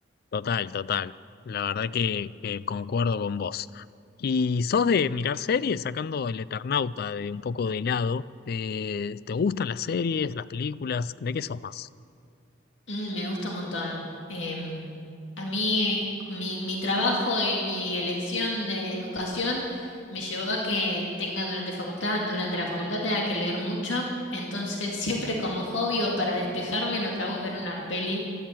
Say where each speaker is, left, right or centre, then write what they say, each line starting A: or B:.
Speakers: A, on the left; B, on the left.
A: Total, total. La verdad que, que concuerdo con vos. ¿Y sos de mirar series, sacando el Eternauta de un poco de lado? eh, ¿te gustan las series, las películas? ¿De qué sos más?
B: Mm, me gusta un montón. Em, a mí, mi, mi trabajo y mi elección de educación me llevó a que tenga durante facultad, durante la facultad tenga que leer mucho. Entonces, <laughs> siempre como hobby o para despejarme, lo que hago es ver una peli